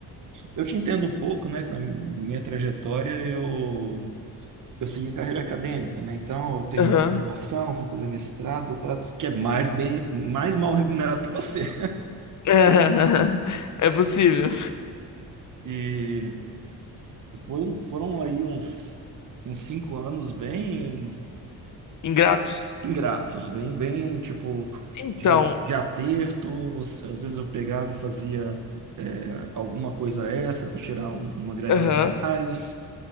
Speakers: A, on the right (about 50°); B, on the left (about 50°).
A: eu te entendo um pouco, né? que Na minha trajetória, eu, eu segui carreira acadêmica, né? Então, eu terminei
B: Aham.
A: graduação, fui fazer mestrado, doutorado, que é mais bem, mais mal remunerado que você.
B: <laughs> É possível.
A: E foi- foram aí uns, uns cinco anos bem
B: Ingratos.
A: ingratos, bem, bem tipo
B: Então,
A: de, de aperto. Você- às vezes eu pegava e fazia é, alguma coisa extra para tirar um- uma graninha
B: aham.
A: a mais,